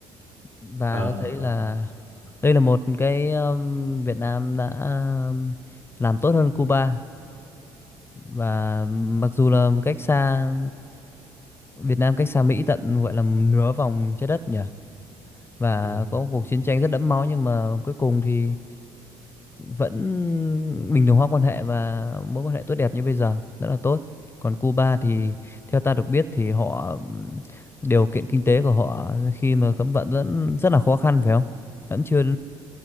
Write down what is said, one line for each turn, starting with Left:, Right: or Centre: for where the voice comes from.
Left: và
Right: ờ
Left: ta thấy là đây là một cái um, Việt Nam đã um, làm tốt hơn Cuba và mặc dù là một cách xa Việt Nam cách xa Mỹ tận gọi là nửa vòng trái đất nhỉ và
Right: ừ,
Left: có cuộc chiến tranh rất đẫm máu nhưng mà cuối cùng thì vẫn bình thường hóa quan hệ và mối quan hệ tốt đẹp như bây giờ rất là tốt còn Cuba thì
Right: ừ.
Left: theo ta được biết thì họ ừm, điều kiện kinh tế của họ khi mà cấm vận vẫn rất là khó khăn phải không vẫn chưa